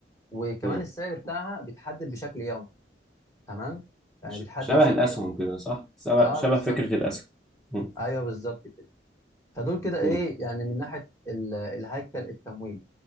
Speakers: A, on the left (about 15°); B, in the centre.
A: وكمان
B: مم.
A: السعر بتاعها بيتحدد بشكل يومي تمام يعني
B: ش-
A: بيتحدد
B: شبه
A: بشكل
B: الاسهم
A: يومي
B: كده صح شبه
A: اه
B: شبه
A: بالظبط
B: فكره الاسهم مم.
A: ايوه بالظبط كده فدول كده ايه
B: مم.
A: يعني من ناحيه ال- الهيكل التمويل